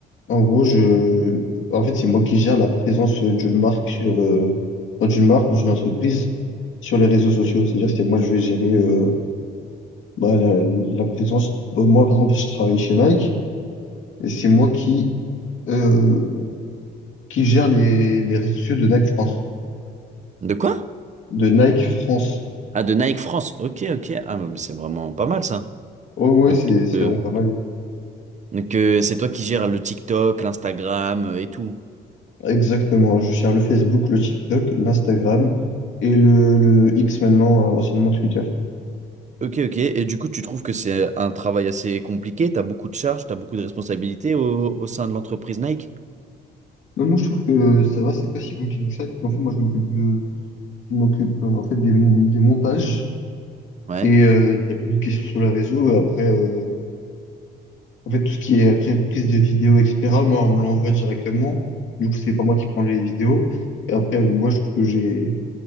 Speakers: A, on the left; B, on the right.
A: En gros, je, en fait, c'est moi qui gère la présence euh, d'une marque sur, euh, enfin, d'une marque ou d'une entreprise sur les réseaux sociaux. C'est-à-dire que c'est moi, je vais gérer, euh, bah, la, la présence. Bah, moi, par exemple, je travaille chez Nike et c'est moi qui, euh, qui gère les, les réseaux sociaux de Nike France.
B: De quoi?
A: De Nike France.
B: Ah, de Nike France. Ok, ok. Ah, mais c'est vraiment pas mal ça.
A: Oh, ouais,
B: Donc,
A: c'est, c'est
B: euh,
A: vraiment pas mal.
B: donc, euh, c'est toi qui gères le TikTok, l'Instagram euh, et tout.
A: Exactement. Je gère le Facebook, le TikTok, l'Instagram et le, le X maintenant, euh, anciennement Twitter.
B: Ok, ok. Et du coup, tu trouves que c'est un travail assez compliqué? Tu as beaucoup de charges, tu as beaucoup de responsabilités au, au sein de l'entreprise Nike?
A: Non, moi, je trouve que ça va, c'est pas si compliqué que ça. En fait, moi, je m'occupe de Je m'occupe euh, en fait des, mon- des montages
B: Ouais,
A: et euh, de la publication sur le réseau. Euh, Après, euh, en fait, tout ce qui est après prise de vidéo, etc., moi, on me l'envoie directement. Du coup, c'est pas moi qui prends les vidéos. Et après, euh, moi, je trouve que j'ai